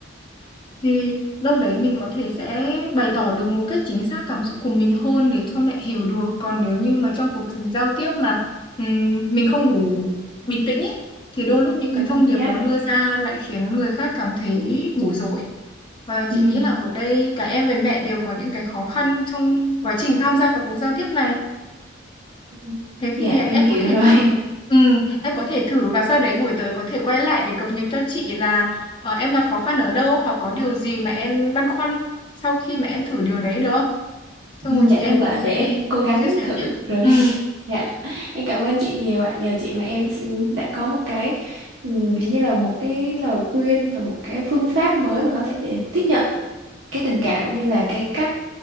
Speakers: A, on the left; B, on the right.
A: thì đâu đấy mình có thể sẽ bày tỏ được một cách chính xác cảm xúc của mình hơn để cho mẹ hiểu được còn nếu như mà trong cuộc giao tiếp mà ừm, mình không đủ bình tĩnh ấy, thì đôi lúc những
B: Ừ,
A: cái thông điệp
B: dạ
A: nó đưa ra lại khiến người khác cảm thấy bối rối và chị
B: ừ.
A: nghĩ là ở đây cả em với mẹ đều có những cái khó khăn trong quá trình tham gia vào cuộc giao tiếp này
B: Ừ.
A: Thế
B: dạ
A: thì em
B: em hiểu
A: có thể
B: rồi
A: thử ừ, em có thể thử và sau đấy buổi tới có thể quay lại để cập nhật cho chị là ờ, em gặp khó khăn ở đâu hoặc có điều gì mà em băn khoăn sau khi mà em thử điều đấy được không? Xong
B: Ừ,
A: rồi chị
B: dạ
A: em
B: được
A: mình
B: ạ
A: sẽ
B: để em cố gắng
A: chia sẻ
B: thử
A: tiếp.
B: rồi
A: Ừ,
B: <laughs> dạ em cảm ơn chị nhiều ạ nhờ chị mà em s- đã có một cái ừ, kiểu như là một cái lời khuyên và một cái phương pháp mới mà có thể để tiếp nhận cái tình cảm cũng như là cái cách